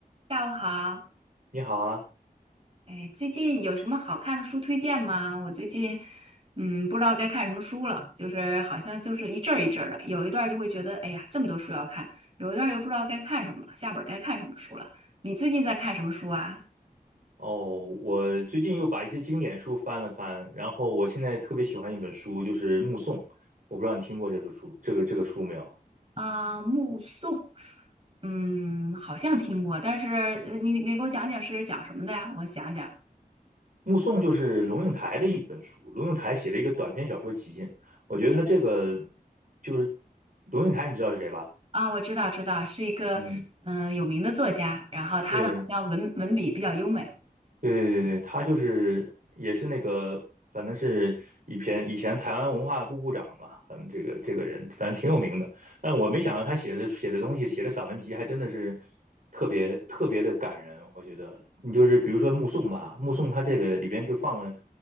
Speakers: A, on the right; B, on the right.
A: 下午好，
B: 你好啊，
A: 哎，最近有什么好看的书推荐吗？我最近，嗯，不知道该看什么书了，就是好像就是一阵儿一阵儿的，有一段儿就会觉得，哎呀，这么多书要看，有一段儿又不知道该看什么了，下本儿该看什么书了。你最近在看什么书啊？
B: 哦，我最近又把一些经典书翻了翻，然后我现在特别喜欢一本书，就是《目送》，我不知道你听过这本书，这个这个书没有？
A: 啊，目送，嗯，好像听过，但是呃你你给我讲讲是讲什么的呀？我想想
B: 《目送》就是龙应台的一本书，龙应台写了一个短篇小说集，我觉得他这个就是龙应台，你知道是谁吧？
A: 啊，我知道知道，是一个嗯、
B: 嗯，
A: 呃有名的作家，然后他的好像文文笔比较优美。
B: 对，对对对对，他就是也是那个，反正是一篇以前台湾文化部部长嘛，反正这个这个人反正挺有名的。但我没想到他写的写的东西，写的散文集还真的是特别特别的感人。我觉得你就是比如说《目送》吧，《目送》他这个里边就放了